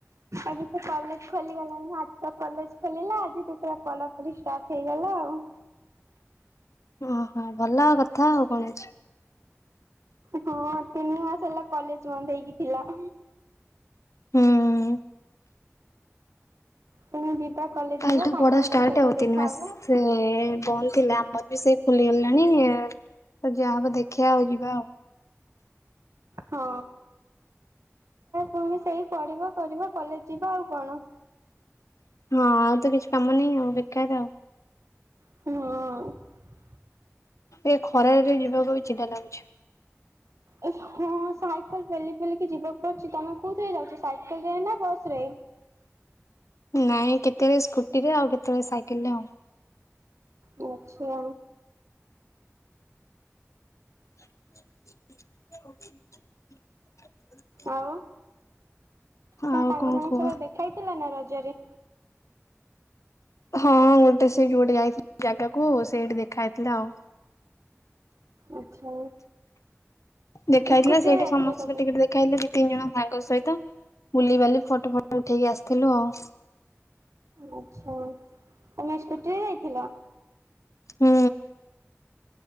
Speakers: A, on the right; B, on the left.
A: ଆଜି ସେ କଲେଜ ଖୋଲିଗଲାଣି ଆଜି ତ କଲେଜ ଖୋଲିଲା ଆଜି ତ ପଢା ପଢ଼ି ଷ୍ଟାର୍ଟ ହେଇଗଲା ଆଉ।
B: ଓହୋ ଭଲ କଥା ଆଉ କ'ଣ ଅଛି।
A: ହଁ ତିନି ମାସେ ହେଲା କଲେଜ ବନ୍ଦ ହେଇକି ଥିଲା।
B: ହୁଁ।
A: ପୁଣି ଯିବା କଲେଜ।
B: କାଲିଠୁ
A: ଯିବା ସାଙ୍ଗମାନଙ୍କ
B: ପଢା ଷ୍ଟାର୍ଟ
A: ସହିତ
B: ଆଉ
A: ଦେଖାହବ
B: ତିନି ମାସେ। ସେ ବନ୍ଦ ଥିଲା ଆମର ବି ସେଇ ଖୁଲିଗଲାଣି ଏ। ତ ଯାହା ହବ ଦେଖିଆ ଆଉ ଯିବା ଆଉ।
A: ହଁ ପୁଣି ସେଇ ପଢିବ କରିବ କଲେଜ ଯିବ ଆଉ କ'ଣ।
B: ହଁ ଆଉ ତ କିଛି କାମ ନାହିଁ ଆଉ ବେକାର ଆଉ।
A: ହଁ।
B: ଏ ଖରାରେ ଯିବାକୁ ବି ଚିନ୍ତା ଲାଗୁଛି।
A: ଏ ହଁ ସାଇକଲ ଫେଲି ଫେଲିକି ଯିବାକୁ ପଡୁଛି ତମେ କୋଉଥିରେ ଯାଉଛ ସାଇକେଲ ରେ ନା ବସ ରେ।
B: ନାଇଁ କେତେବେଳେ ସ୍କୁଟିରେ ଆଉ କେତେବେଳେ ସାଇକେଲ ରେ ଆଉ।
A: ଆଚ୍ଛା।
B: <unintelligible>
A: ଆଉ କ'ଣ
B: ଆଉ
A: ସାଙ୍ଗମାନଙ୍କ
B: କୁହ?
A: ସହିତ ଦେଖାହେଇଥିଲା ନା ରଜରେ।
B: ହଁ ଗୋଟେ ସେ ଯୋଉଟି ଯାଇଥିଲ ଜାଗାକୁ ସେଇଠି ଦେଖା ହେଇଥିଲା ଆଉ।
A: ଆଚ୍ଛା।
B: ଦେଖା
A: ଏ
B: ହେଇଥିଲା
A: ସ୍କୁଟିରେ
B: ସେଇଠି
A: ଯାଇଥିଲେ
B: ସମସ୍ତଙ୍କ
A: ସବୁ
B: ଟିକେ ଦେଖା ହେେଇଥିଲା ଦି, ତିନି ଜଣ ସାଙ୍ଗ ସହିତ। ବୁଲିିବାଲି ଫଟୋ ଫଟ ଉଠେଇକି ଆସିଥିଲୁ ଆଉ।
A: ଆଚ୍ଛା ତମେ ସ୍କୁଟିରେ ଯାଇଥିଲ।
B: ହୁଁ।